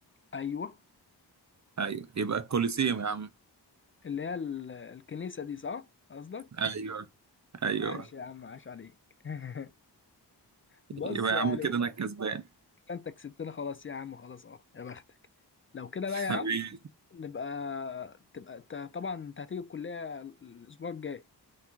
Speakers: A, on the left; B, on the right.
A: ايوه
B: ايوه يبقى الكوليسيوم يا عم
A: اللي هي ال- الكنيسه دي صح قصدك
B: ايوه ايوه
A: عاش يا عم عاش عليك <laughs> بص
B: يبقى يا
A: يعني
B: عم كده انا الكسبان
A: كده انت كسبتنا خلاص يا عم خلاص اه يا بختك لو كده
B: <laughs>
A: بقى يا
B: حبيبي
A: عم نبقى تبقى أنت- طبعا انت هتيجي الكليه الاسبوع الجاي